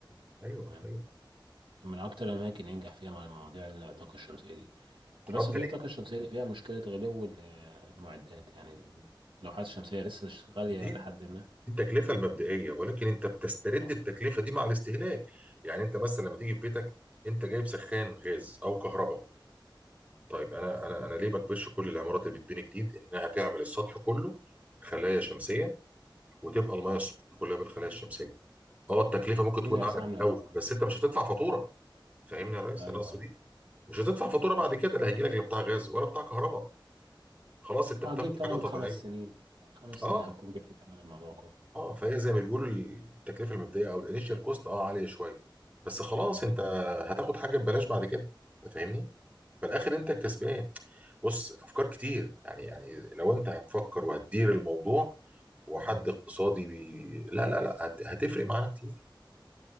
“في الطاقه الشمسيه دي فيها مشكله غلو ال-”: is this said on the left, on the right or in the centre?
Right